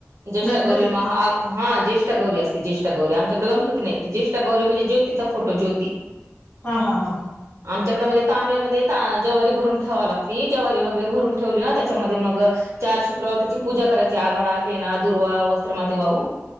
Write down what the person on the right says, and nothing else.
ज्येष्ठा
गौरी हा ज्येष्ठा गौरी अस जेष्ठा गौरी आमच्याकडे गणपती नाही ज्येष्ठा गौरी म्हणजे ज्योतीचा फोटो ज्योती
आमच्याकडें म्हणजे तांब्यामध्ये जवारी भरून ठेवावी लागते जवारी वगैरे भरून ठेवली ना त्याच्यामध्ये मग चार शुक्रवार त्याची पूजा करायची आघाडा केना दुर्वा वस्त्र माळ वाहून